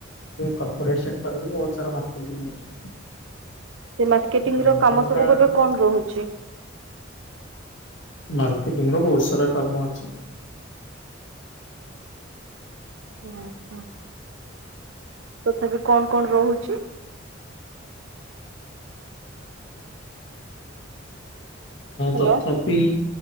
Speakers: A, on the left; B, on the right.
A: କର୍ପୋରେଟ ସେକ୍ଟର ବହୁତ ସାରା ମାର୍କେଟିଂ ଅଛି <inaudible>
B: ସେ ମାର୍କେଟିଂ
A: ବ୍ୟାଙ୍କିଙ୍ଗ
B: ର କାମ ସବୁ
A: ଟା
B: ଏବେ କଣ ରହୁଛି
A: ମାର୍କେଟିଂ ର ବହୁତ ସାରା କାମ ଅଛି
B: ଆଛା ତଥାପି କଣ କଣ ରହୁଛି ହ୍ୟାଲୋ
A: ତଥାପି